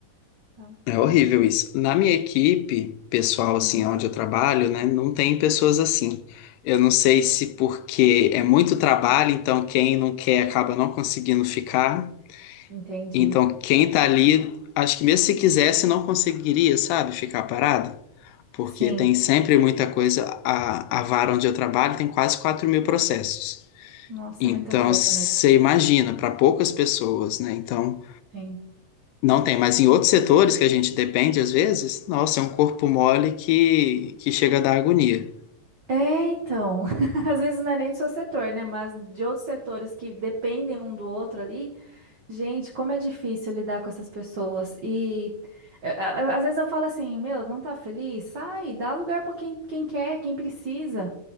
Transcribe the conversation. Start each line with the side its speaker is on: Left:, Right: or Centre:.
Right: Tá.
Left: É horrível isso. Na minha equipe, pessoal, assim,
Right: Hum,
Left: onde eu trabalho, né, não tem pessoas assim. Eu não sei se porque é muito trabalho, então quem não quer acaba não conseguindo ficar.
Right: entendi.
Left: Então, quem tá ali, acho que mesmo se quisesse, não conseguiria, sabe, ficar parado. Porque
Right: Sim.
Left: tem sempre muita coisa. A, a vara onde eu trabalho tem quase quatro mil processos.
Right: Nossa,
Left: Então,
Right: é muita coisa
Left: você
Right: mesmo.
Left: imagina, para poucas pessoas, né? Então,
Right: Sim.
Left: não tem. Mas em outros setores que a gente depende, às vezes, nossa, é um corpo mole que, que chega a dar agonia.
Right: É, então. <laughs> Às vezes não é nem do seu setor, né? Mas de outros setores que dependem um do outro ali. Gente, como é difícil lidar com essas pessoas. E eu- eu- às vezes eu falo assim: meu, não tá feliz? Sai, dá lugar pra quem, quem quer, quem precisa.